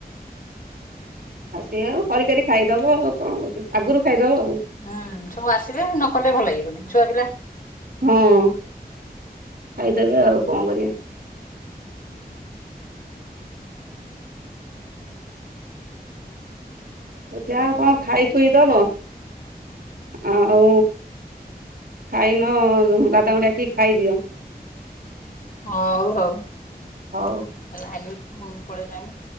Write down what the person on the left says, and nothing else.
ହୁଁ ସବୁ ଆସିବେ ନ କଲେ ଭଲ ଲାଗିବନି ଛୁଆ ପିଲା।
ହଉ ହଉ।
ଏ ଲାଇନି ପୁ ପଳେଇଲାଣିି।